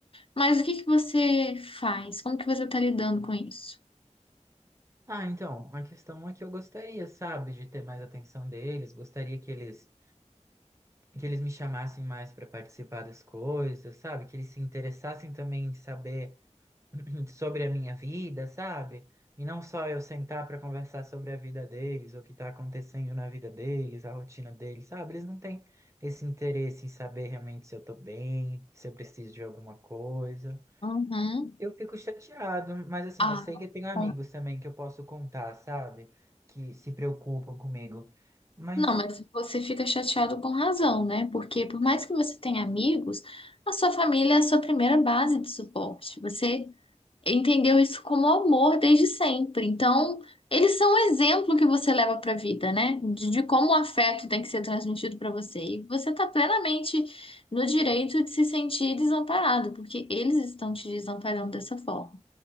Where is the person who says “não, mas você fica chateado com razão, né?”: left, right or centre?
Left